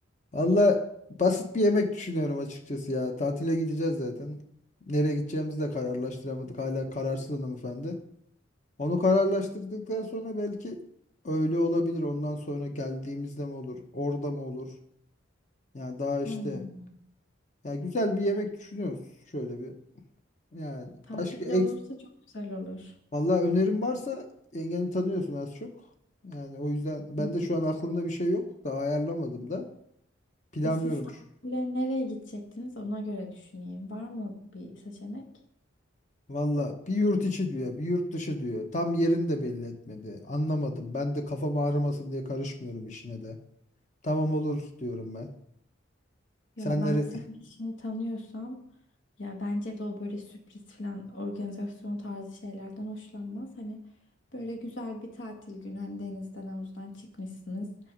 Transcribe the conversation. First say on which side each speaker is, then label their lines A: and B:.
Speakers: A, on the left; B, on the left.
A: Valla basit bir yemek düşünüyorum açıkçası ya. Tatile gideceğiz zaten. Nereye gideceğimizi de kararlaştıramadık. Hala kararsız hanımefendi. Onu kararlaştırdıktan sonra belki öyle olabilir. Ondan sonra geldiğimizde mi olur? Orada mı olur? Yani daha işte
B: Hmm.
A: Ya güzel bir yemek düşünüyoruz şöyle bir. Yani
B: Tatilde
A: başka ek
B: olursa çok güzel olur.
A: vallahi önerim varsa yengeni tanıyorsun az çok. Yani o yüzden ben
B: Hmm.
A: de şu an aklımda bir şey yok. Daha ayarlamadım da. Planlıyorum.
B: E siz tatile
A: şu-
B: nereye gidecektiniz ona göre düşüneyim. Var mı bir seçenek?
A: Valla bir yurt içi diyor, bir yurt dışı diyor. Tam yerini de belli etmedi. Anlamadım. Ben de kafam ağrımasın diye karışmıyorum işine de. Tamam olur diyorum ben.
B: Ya
A: Senleri
B: ben senin işini tanıyorsam Ya bence de o böyle sürpriz falan organizasyon tarzı şeylerden hoşlanmaz. Hani böyle güzel bir tatil günü hani denizden havuzdan çıkmışsınız.